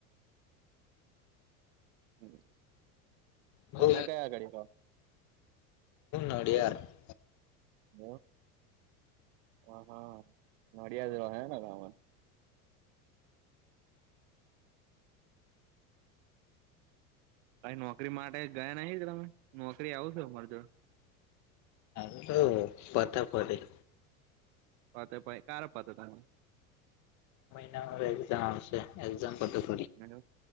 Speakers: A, on the right (about 55°); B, on the left (about 40°).
A: હમ્મ
B: બઉ
A: તમે કયા આગળ કહો
B: <unintelligible>
A: હ હ હા અડિયાદ ગમાં કઈ નોકરી માટે ગયા નહ તમે નોકરી આવ છો અર જો
B: <unintelligible> પતા ફેરી
A: પત કાર પતા તમે
B: એામ આવશે એક્સામ પતે પહી
A: હેલો